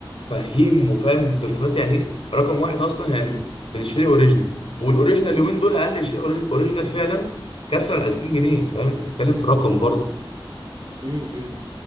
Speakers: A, on the left; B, on the right.
A: فهيم وفاهم برفانات يعني ايه رقم واحد اصلا يعني
B: امم
A: بنشتري اوريجينال والاوريجينال اليومين دول اقل شيء أوريج- اوريجينال فعلا كسر ال 2000 جنيه فاهم انت بتتكلم في رقم برضه
B: امم امم